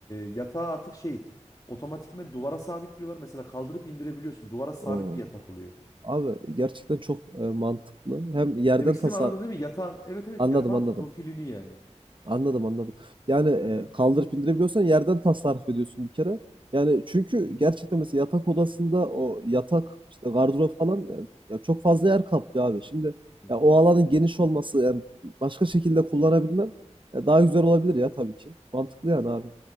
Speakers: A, on the left; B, on the right.
A: yatağı artık şey otomatikmen duvara sabitliyorlar. Mesela kaldırıp indirebiliyorsun. Duvara sabit
B: o
A: bir yatak oluyor.
B: abi gerçekten çok e, mantıklı. Hem yerden
A: Demek istediğimi
B: tasar
A: anladın değil mi? Yatağın evet evet
B: anladım
A: yatağın
B: anladım.
A: profilini yani.
B: Anladım anladım. Yani, eee,
A: Hı hı.
B: kaldırıp indirebiliyorsan yerden tasarruf ediyorsun bir kere. Yani çünkü
A: Hı hı.
B: gerçekten mesela yatak odasında o yatak, işte, gardırop falan, eee, ya, çok fazla yer kaplıyor abi. Şimdi,
A: Hı hı.
B: ya, o alanın geniş olması, yani, başka şekilde kullanabilmen, eee, daha güzel olabilir ya tabii ki. Mantıklı yani abi.